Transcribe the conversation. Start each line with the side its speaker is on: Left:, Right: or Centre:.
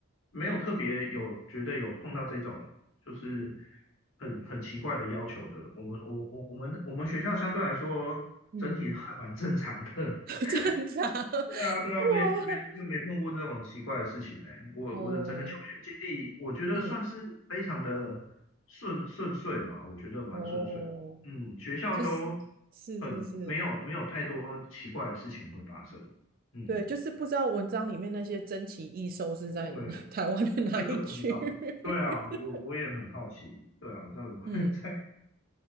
Left: 没有特别有觉得有碰到这种。就是很很奇怪的要求的。我们我我我们我们学校相对来说整体还蛮正常的。
Right: 嗯，<laughs>
Left: <laughs>
Right: 正常。
Left: 对啊，
Right: <laughs>
Left: 对啊，
Right: 哇，
Left: 没没没碰过这种奇怪的事情哎、我我的整个求学经历，
Right: 哦，
Left: 我觉得算是非常的顺顺遂嘛，
Right: 嗯，
Left: 我觉得蛮顺遂。
Right: 哦，
Left: 嗯，学校都
Right: 就是是是是，
Left: 很没有没有太多奇怪的事情会发生。嗯，
Right: 对，就是不知道文章里面那些珍奇异兽是在
Left: 对，
Right: <laughs> 台湾的哪一区。
Left: 真的不知道。
Right: <laughs>
Left: 对啊，我我也很好奇。对啊，到底会
Right: 嗯，
Left: <laughs> 在